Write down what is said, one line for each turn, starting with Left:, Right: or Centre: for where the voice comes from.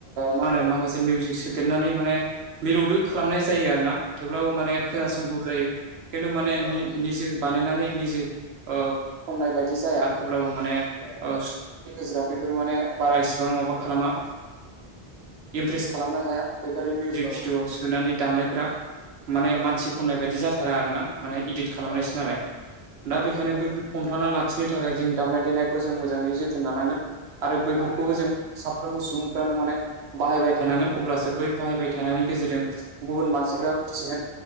Right: मा होनो
Left: औ
Right: माखासे मिउजिक सोदेरनानै माने मिलौदो खालामनाय जायो आरो ना। थेवब्लाबो माने खोनासंगौ जायो खिन्थु माने
Left: औ
Right: निजे बानायनानै निजे खननाय बायदि जाया अब्लाबो माने
Left: जाया
Right: नि गेजेराव बेफोरो माने बारा इसेबां माबा खालामा इमप्रेस खालामनो हाया बेफोर‌ मिउजिक
Left: औ
Right: भिडिअ सोनानै दामनायफोरा माने
Left: औ
Right: मानसि
Left: नंगौ
Right: खननाय बायदि जाथारा आरो ना माने इदिट खालामनायसो
Left: औ नंगौ
Right: नालाय दा
Left: औ
Right: बे बेखायनो
Left: औ
Right: बैफोर हमथाना लाखिनो थाखाय जों दामनाय देनायखौ जों मोजाङै जोथोन लानांगोन। आरो बैफोरखौबो
Left: लानांगोन
Right: जों साफ्रोमबो सुबुंफ्रानो माने बाहायबाय थानांगोन अब्लासो
Left: औ
Right: बै बाहायबाय थानायनि गेजेरजों गुबुन मानसिफ्रा
Left: औ
Right: मिथिगोन